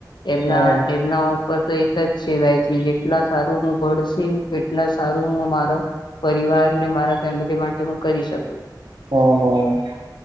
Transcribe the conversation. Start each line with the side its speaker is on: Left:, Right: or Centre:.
Left: એમના
Right: હમ
Left: એમના તો એક જ છે જેટલા સારું હું ભસી એટલા સારું હ મારો પરિવાર ને મારા ફેમિલી માટે હું કરી શકું
Right: હ હ <unintelligible>